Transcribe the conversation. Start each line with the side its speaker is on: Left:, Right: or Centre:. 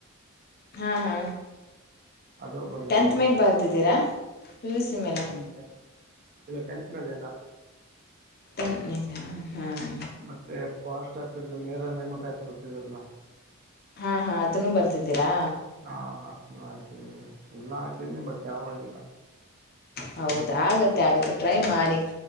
Left: ಹಾ ಹಾ
Right: ಅದು ಬರೆದಿದ್ದೀನಿ
Left: ಟೆಂತ್ ಮೇಲೆ ಬರ್ದಿದ್ದೀರಾ
Right: ಮತ್ತುೆ ಬಿ
Left: ಪಿ ಯು ಸಿ ಮೇಲಾ
Right: ಹಞ ಇಲ್ಲ ಟೆಂತ್ ಮೇಲೆ ಎಲ್ಲ
Left: ಮೇಲೆ ಹ್ಮ್
Right: ಮತ್ತೆ ಫಾರೆಸ್ಟ್ ಆಫೀಸ್ ನೇರ ನೇಮಕ ಆ್ತು ಬಿಟ್ಟಿದಾರಲ್ಲ
Left: ಹಾ ಹಾ ಅದನ್ನು ಬರ್ದಿದ್ದೀರಾ
Right: ಹಾ ಅದ ಹಾಕಿದೀನಿ ಎಲ್ಲಾ ಹಾಕಿದೀನಿ ಬಟ್ ಯಾವ ಆಗಿಲ್ಲ
Left: ಹೌದ ಆಗತ್ತೆ ಆಗತ್ತೆ ಟ್ರೈ ಮಾಡಿ